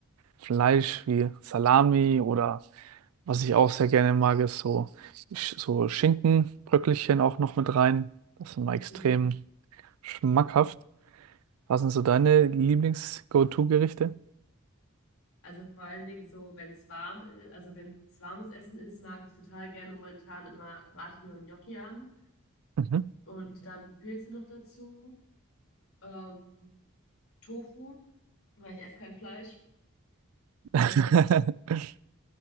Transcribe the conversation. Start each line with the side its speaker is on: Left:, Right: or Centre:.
Right: Fleisch wie Salami oder was ich auch sehr gerne mag, ist so, Sch- so Schinkenbröckelchen auch noch mit rein. Das ist immer extrem
Left: mhm.
Right: schmackhaft. Was sind so deine Lieblings-Go-To-Gerichte?
Left: Also vor allen Dingen so, wenn es warm ist, also wenn es warmes Essen ist, mag ich total gerne momentan immer, brate ich mir einen Gnocchi an
Right: Mhm.
Left: und Mhm. dann Pilze noch dazu, ähm, Tofu, weil ich esse kein Fleisch.
Right: <laughs>
Left: Ähm,